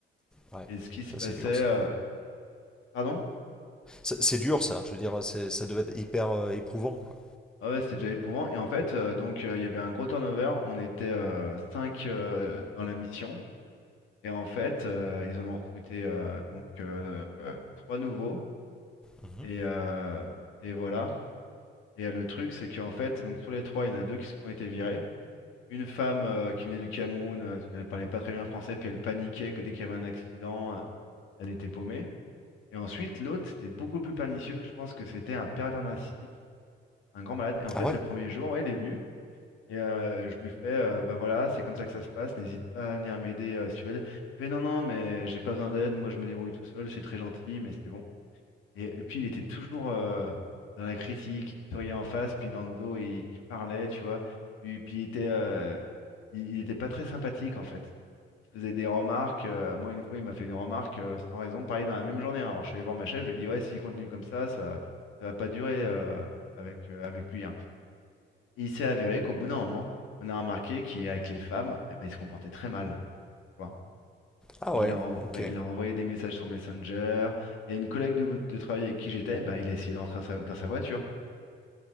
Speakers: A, in the centre; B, on the left.
A: Ouais,
B: et ce qui se
A: ça
B: passait...
A: c'est dur
B: euh,
A: ça.
B: Pardon?
A: C'est c'est dur ça, je veux dire, c'est- ça devait être hyper euh, éprouvant quoi.
B: Ah ouais, c'était déjà éprouvant. Et en fait, euh, donc, euh, il y avait un gros turnover, on était euh, 5 euh, dans la mission. Et en fait, euh, ils en ont recruté euh, donc euh, euh, trois nouveaux.
A: Mhm.
B: Et, euh, et voilà. Et euh, le truc, c'est qu'en fait, donc sur les trois, il y en a deux qui, s- qui ont été virés. Une femme euh, qui venait du Cameroun, euh, parce qu'elle parlait pas très bien français, puis elle paniquait que dès qu'il y avait un accident, euh, elle était paumée. Et ensuite, l'autre, c'était beaucoup plus pernicieux. Je pense que c'était un pervers narcissique, un grand malade. Et en fait,
A: Ah ouais?
B: le premier jour, ouais, il est venu. Et euh, je lui fais, euh, ben voilà, c'est comme ça que ça se passe, n'hésite pas à venir m'aider euh, si tu veux. Il me fait, non, non, mais j'ai pas besoin d'aide, moi je me débrouille tout seul, c'est très gentil, mais c'est bon. Et, et puis il était toujours euh, dans la critique, il te souriait en face, puis dans le dos, il, il parlait, tu vois. Puis, puis il était, euh, il, il était pas très sympathique en fait. Il te faisait des remarques. euh, moi, une fois, il m'a fait une remarque euh, sans raison, pareil dans la même journée. hein. Alors je suis allé voir ma chef, je lui ai dit, ouais, s'il continue comme ça, ça, ça va pas durer euh, avec, euh, avec lui. hein. Et il s'est avéré qu'au bout d'un moment, on a remarqué qu'avec les femmes, eh ben, il se comportait très mal. tu vois.
A: Ah
B: Il
A: ouais,
B: leur, envo-
A: ok.
B: ouais, il leur envoyait des messages sur Messenger. Il y a une collègue de, de travail avec qui j'étais, bah, il a essayé d'entrer dans sa, dans sa voiture.